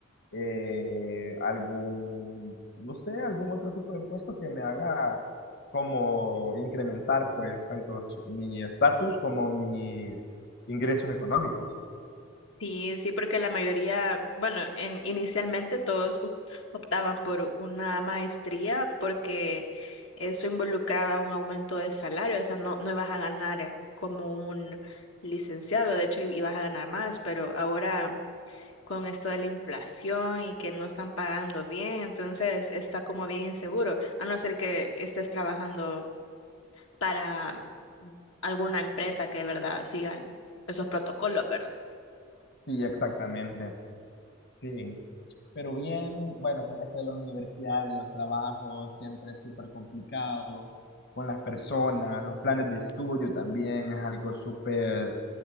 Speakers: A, on the left; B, on the left.
A: eh, algún, no sé, algún otro tipo de puesto que me haga como incrementar pues tanto mi estatus como mis ingresos económicos.
B: Sí, sí, porque la mayoría, bueno, en- inicialmente todos u- optaban por una maestría porque eso involucraba un aumento de salario, o sea, no, no ibas a ganar como un licenciado, de hecho ibas a ganar más, pero ahora con esto de la inflación y que no están pagando bien, entonces está como bien inseguro, a no ser que estés trabajando para alguna empresa que de verdad siga esos protocolos, ¿verdad?
A: Sí, exactamente. Sí. Pero bien, bueno, con eso de las universidades, los trabajos, siempre es súper complicado. Con las personas, los planes de estudio también es algo súper